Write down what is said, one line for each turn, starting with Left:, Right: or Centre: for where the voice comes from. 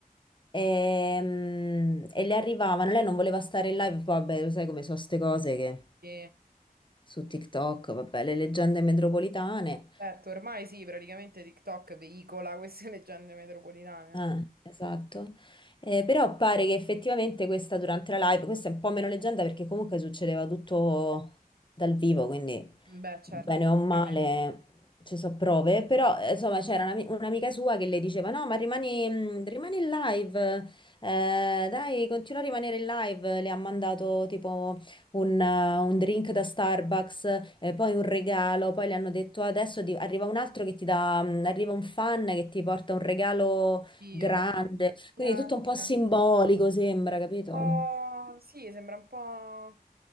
Left: ehm, e, le arrivavano, lei non voleva stare in live, vabbè, lo sai come sono ste cose che
Right: Sì.
Left: su TikTok, vabbè, le leggende metropolitane.
Right: Certo, ormai sì, praticamente TikTok veicola queste <laughs> leggende metropolitane,
Left: Ah,
Right: no?
Left: esatto. Eh, però pare che effettivamente questa durante la live, questa è un po' meno leggenda perché comunque succedeva tutto dal vivo, quindi
Right: Beh, certo,
Left: bene
Right: effettivamente.
Left: o male ci sono prove, però eh, insomma c'era un'ami- un'amica sua che le diceva no, ma rimani, mh, rimani in live, eh, dai, continua a rimanere in live, le ha mandato tipo un, eh, un drink da Starbucks, eh, poi un regalo, poi le hanno detto adesso ti- arriva un altro che ti dà, mh, arriva un fan che ti porta un regalo
Right: Io.
Left: grande, quindi
Right: Yeah,
Left: tutto un po'
Right: sembra
Left: simbolico sembra, capito?
Right: un po'... Sì, sembra un po'